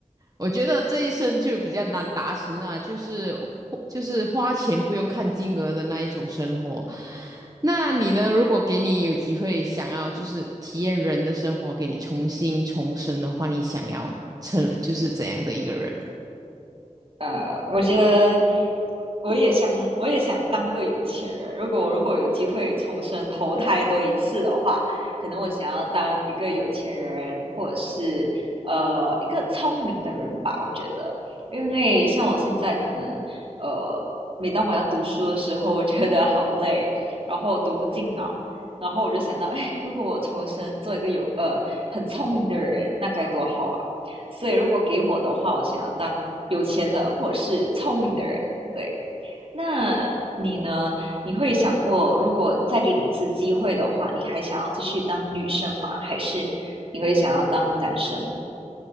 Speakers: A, on the right; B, on the right.
A: 我觉得这一生就比较难达成了，就是就是花钱不用看金额的那一种生活。那你呢？如果给你有机会想要就是体验人的生活，给你重新重生的话，你想要成就是怎样的一个人？
B: 呃，我觉得我也想，我也想当个有钱人。如果如果有机会重生投胎多一次的话，可能我想要当一个有钱人，或者是呃一个聪明的人吧。我觉得，因为像我现在可能呃，每当我要读书的时候，我觉得好累，然后读不进脑。然后我就想到，哎，如果我重生做一个有呃很聪明的人，那该多好啊！所以如果给我的话，我想要当有钱的或者是聪明的人。对，那你呢？你会想过，如果再给你一次机会的话，你还想要继续当女生吗？还是你会想要当男生？